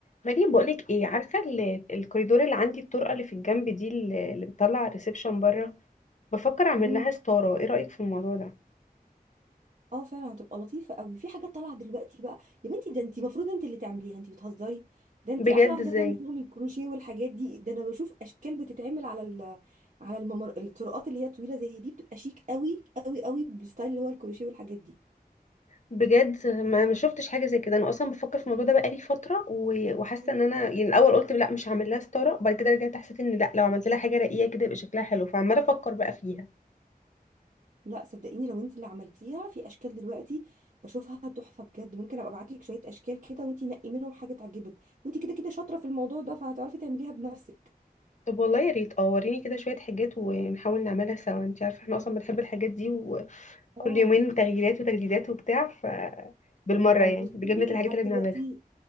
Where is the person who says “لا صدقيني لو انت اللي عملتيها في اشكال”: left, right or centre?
Right